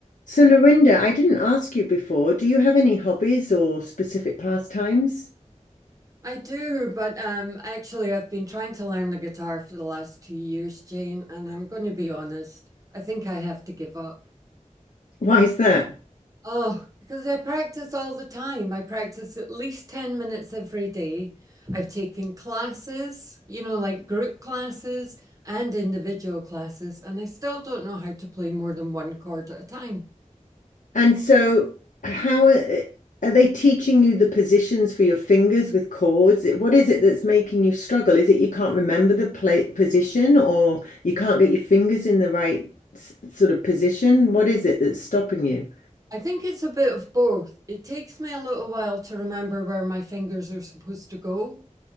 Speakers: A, on the left; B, on the right.
A: So, Lorinda, I didn't ask you before. Do you have any hobbies or specific pastimes?
B: I do, but um, actually, I've been trying to learn the guitar for the last two years, Jane, and I'm going to be honest, I think I have to give up.
A: Why is that?
B: Oh, because I practice all the time. I practice at least 10 minutes every day. I've taken classes, you know, like group classes and individual classes, and I still don't know how to play more than one chord at a time.
A: And so, how are, eh, are they teaching you the positions for your fingers with chords? What is it that's making you struggle? Is it you can't remember the play, position or you can't get your fingers in the right s- sort of position? What is it that's stopping you?
B: I think it's a bit of both. It takes me a little while to remember where my fingers are supposed to go.